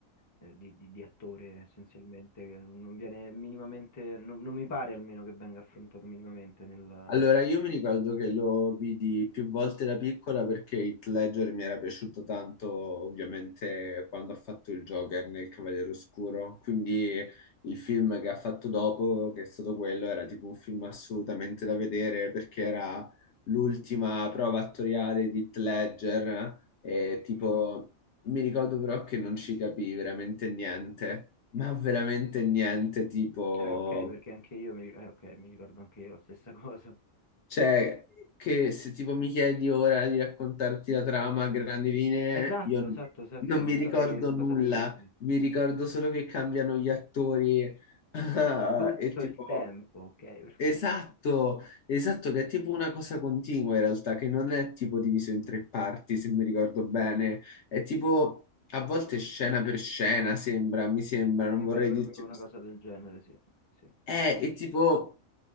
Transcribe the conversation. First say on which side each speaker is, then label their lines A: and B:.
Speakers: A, on the left; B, on the left.
A: eh, di- di- di attore essenzialmente, che non viene minimamente, non, non mi pare almeno che venga affrontato minimamente nel...
B: Allora, io mi ricordo che lo vidi più volte da piccola perché Heath Ledger mi era piaciuto tanto, ovviamente, quando ha fatto il Joker nel Cavaliere Oscuro. Quindi il film che ha fatto dopo, che è stato quello, era tipo un film assolutamente da vedere perché era l'ultima prova attoriale di Heath Ledger e tipo
A: Mhm.
B: mi ricordo però che non ci capii veramente niente, ma veramente niente, tipo
A: Eh, ok, perché anche io mi, eh, ok, mi ricordo anche io la stessa <laughs> cosa.
B: Cioè, che se tipo mi chiedi ora di raccontarti la trama a grandi linee,
A: Esatto,
B: io non,
A: esatto, esatto,
B: non
A: non
B: mi ricordo
A: saprei che cosa
B: nulla,
A: dirti.
B: mi ricordo solo che cambiano gli attori. <laughs> Ah,
A: Tutto
B: e tipo,
A: il tempo, ok, perfetto.
B: esatto, esatto, che è tipo una cosa continua in realtà, che non è tipo diviso in tre parti, se mi ricordo bene, è tipo a volte scena per scena, sembra, mi sembra, non
A: Mi
B: vorrei
A: pare proprio
B: dirti
A: una cosa del genere, sì. sì.
B: eh, e tipo